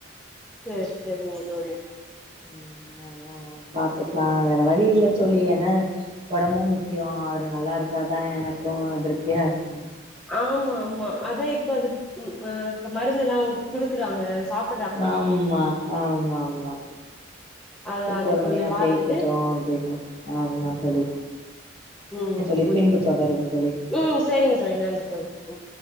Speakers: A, in the centre; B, on the right.
A: சேரி சேரிங்க தோழி
B: ம் அதவு பாத்துக்லா வேற வழி இல்ல தோழி என்ன ஒடம்பு முக்கியொ அவரு நல்லாருந்தா தா எனக்கூ திருப்தியா இருக்கூ
A: ஆம்மா ஆம்மா அதா இப்ப இதுப் ம் அ அப் மருந்தெல்லா குடுக்குறாங்க சாப்
B: ஆம்மா ஆம்மா ஆம்மா
A: அதா
B: செரி
A: அது
B: பொறுமையா
A: கொஞ்சோ பாத்துட்டு
B: போய்கிட்டு அப்டின்னு அதுதா தோழி
A: ம் ம்
B: லிப்பின்
A: புரிது
B: த தொடரு வந்
A: ம் சரிங்க தோழி நன்றி தோழி ம்